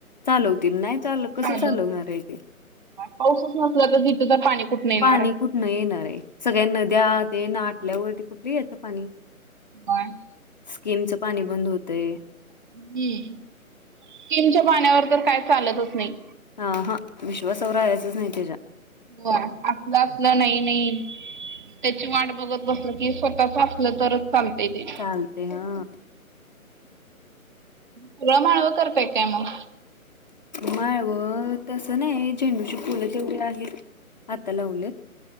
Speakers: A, on the left (about 30°); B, on the right (about 35°).
A: चालवतील नाही चाल
B: चालू
A: कसं चालवणार
B: होतंय
A: हाय ते.
B: पाऊसच नसला तर तिथं तर पाणी कुठनं येणार
A: पाणी
B: आहे
A: कुठनं येणार हाय, सगळ्या नद्या ते आटल्यावरती कुठलं यायचं पाणी.
B: कोण <unintelligible>
A: स्कीमचं पाणी बंद होतंय.
B: हम्म, स्किमच्या पाण्यावर तर काय चालतच नाही.
A: हा हा, विश्वासावर राहायचंच नाही त्यच्या.
B: होय, असलं असलं नाही नाही. त्यची वाट बघत बसलं की स्वतःच असलं तरच चालतय ते.
A: चालतय हां
B: पुढंमागं करताय काय मग.
A: माळवं तसं नाही, झेंडूची फुलं तेवढी आहेत आता लावल्यात.